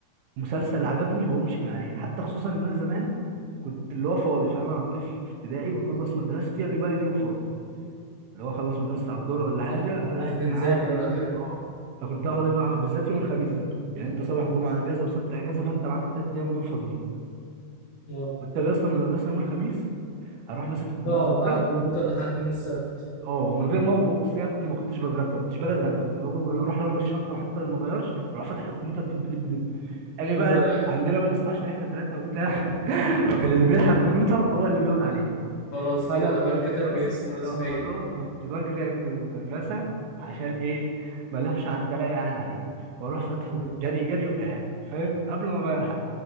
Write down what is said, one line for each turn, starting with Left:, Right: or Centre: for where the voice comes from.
Right: مسلسل عجبني ما بقومش من عليها حتى خصوصا ان انا زمان كنت اللي هو فاضي فاهم انا طفل في ابتدائي بخلص مدرستي اجي بقى اليوم فاضي اللي هو خلص مدرسة على الدور ولا حاجة
Left: ما
Right: قاعد
Left: كناش بنذاكر
Right: معاه اليوم
Left: ولا حاجة
Right: اه أنا كنت أقعد أجع- بالذات يوم الخميس ده يعني أنت صالح جمعة أجازة وسبت أجازة فأنت معاك التلات أيام دول فاضيين
Left: اه
Right: كنت أجي أصلا من المدرسة يوم الخميس أروح ماسك الكمبيوتر
Left: تقعد
Right: ده
Left: بقى على الكمبيوتر لحد يوم السبت
Right: أه من غير ما بوكس يا ابني ما كنتش بتغدى ما كنتش باجي أتغدى كنت بجو- بروح رامي الشنطة حتى لو ما غيرش أروح فاتح الكمبيوتر دب دب دب أجي
Left: تفضل
Right: بقى ال-
Left: قاعد
Right: عندنا بقى يا اسطى عشان إحنا تلاتة وبتاع <laughs> فكان اللي بيلحق الكمبيوتر هو اللي بيقعد عليه
Left: خلاص
Right: فانا
Left: كده ده
Right: كنت
Left: بقى اتكتب
Right: يا
Left: باسمه
Right: اسطى
Left: رسميا
Right: خلاص كنت بجري اجري من المدرسه عشان ايه ما اروحش حد الاقي قاعد عليه واروح فاتحه
Left: مم.
Right: جري جري وقاعد فاهم قبل ما اغير حد